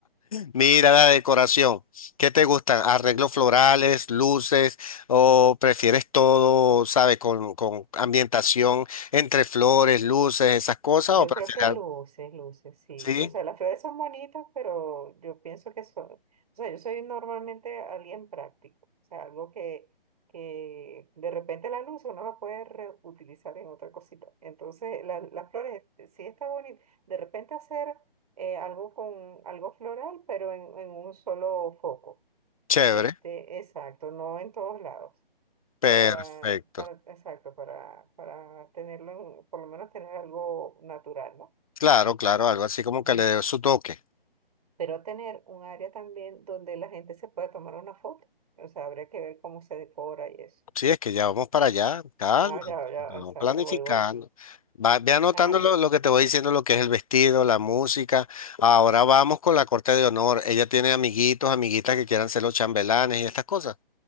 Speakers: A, on the left (about 35°); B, on the right (about 40°).
A: Mira la decoración. ¿Qué te gustan? ¿Arreglos florales, luces o prefieres todo, sabe, con, con ambientación entre flores, luces, esas cosas
B: Yo
A: o prefieres
B: creo que
A: algo?
B: luces, luces, sí.
A: Sí,
B: O sea, las flores son bonitas, pero yo pienso que son, o sea, yo soy normalmente alguien práctico, o sea, algo que, que de repente la luz uno la puede reutilizar en otra cosita. Entonces, la- las flores eh, sí está bonito. De repente hacer eh, algo con algo floral, pero en, en un solo foco.
A: chévere.
B: Este, exacto, no en todos lados.
A: Perfecto.
B: Para, para, exacto, para, para tenerlo, en- por lo menos tener algo natural, ¿no?
A: Claro, claro, algo así como
B: Ujú.
A: que le dé su toque.
B: Pero tener un área también donde la gente se pueda tomar una foto. O sea, habría que ver cómo se decora y eso.
A: Sí, es que ya vamos para allá, calma,
B: No, ya, ya,
A: vamos
B: exacto,
A: planificando.
B: voy, voy.
A: Va, ve anotando
B: Ajá.
A: lo, lo que te voy diciendo, lo que es el vestido, la música. Ahora vamos con la corte de honor. Ella tiene amiguitos, amiguitas que quieran ser los chambelanes y estas cosas.